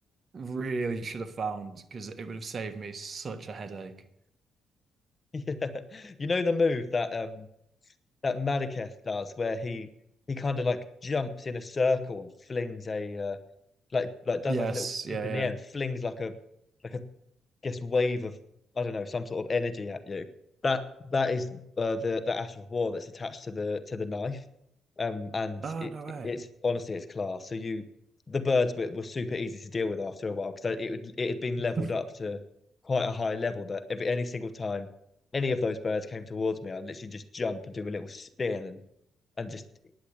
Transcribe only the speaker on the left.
Yeah. You know the move that um that Madaketh does where he he kind of like jumps in a circle and flings a uh, like like does
like a little
flip in
the end, flings like a like a guess wave of I don't know some sort of energy at you. That that is uh, the the ash of war that's attached to the to the knife, um, and
it
it-
it's honestly it's class. So you the birds were, were super easy to deal with after a while because it would, it had been
leveled up to quite a high level that every any single time any of those birds came towards me, I'd literally just jump and do a little spin and and just